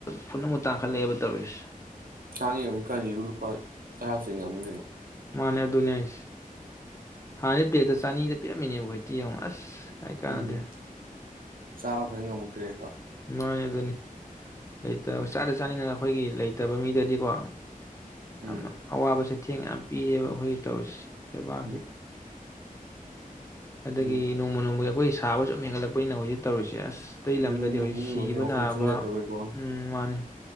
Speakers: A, on the left (about 20°); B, on the right (about 75°).
A: ꯊꯨꯅꯥ ꯑꯃꯨꯛ ꯇꯥꯡꯈꯠꯂꯛꯑꯦꯕ ꯇꯧꯔꯤ ꯁꯦ
B: ꯇꯥꯡꯉꯦ ꯍꯨꯖꯤꯛꯀꯥꯟꯖꯤꯖꯨ ꯂꯨꯄꯥ ꯇꯔꯥ ꯆꯤꯡꯉꯝꯅꯤ ꯀꯩꯅꯣ꯫
A: ꯃꯥꯅꯦ ꯑꯗꯨꯅꯦ ꯍꯥꯢꯁꯦ꯫ ꯍꯥꯟꯅꯗꯩ ꯄ꯭ꯂꯦꯠꯇ ꯆꯅꯤꯗ ꯄꯤꯔꯛ ꯃꯤꯅꯦꯍꯣꯢꯇꯤ ꯌꯦꯡꯉꯣ ꯑꯁ꯫ ꯍꯥꯢ ꯀꯥꯟꯅꯗꯦ꯫
B: ꯎꯝ ꯆꯥꯕ ꯐꯖ ꯉꯝꯃꯛꯇ꯭ꯔꯦ ꯍꯦꯕ꯫
A: ꯃꯥꯅꯦ ꯑꯗꯨꯅꯤ, ꯂꯩꯇꯕ ꯆꯥꯗ ꯆꯥꯅꯤꯡꯉꯒ ꯑꯈꯣꯏꯒꯤ ꯂꯩꯇꯕ ꯃꯤꯗꯗꯤꯀꯣ
B: ꯎꯝ
A: ꯌꯥꯝꯅ ꯑꯋꯥꯕꯁꯦ ꯆꯦꯡ ꯌꯥꯝ ꯄꯤꯔꯦꯕ ꯑꯈꯣꯏꯒꯤ ꯇꯧꯔꯤꯁꯦ꯫ ꯂꯩꯕꯥꯛꯁꯤ
B: ꯎꯝ
A: ꯑꯗꯒꯤ
B: ꯎꯝ
A: ꯅꯣꯡꯃ ꯅꯣꯡꯃꯒꯤ ꯑ ꯑꯈꯣꯏ ꯁꯥꯕ ꯁꯨꯝ ꯍꯦꯟꯒꯠꯂꯛꯄꯅꯤꯅ ꯍꯧꯖꯤꯛ ꯇꯧꯔꯤꯁꯦ ꯑꯁ꯫ ꯑꯇꯩ
B: ꯑꯗꯨꯅꯤꯅꯦ
A: ꯂꯝꯗꯗꯤ ꯍꯧꯖꯤꯛ
B: ꯃꯤ
A: ꯁꯤꯕ
B: ꯃꯈꯩꯁꯦ ꯋꯥꯈꯜ
A: ꯅꯥꯕ
B: ꯈꯟꯅꯗꯕꯩꯀꯣ
A: ꯎꯝ ꯃꯥꯅꯤ꯫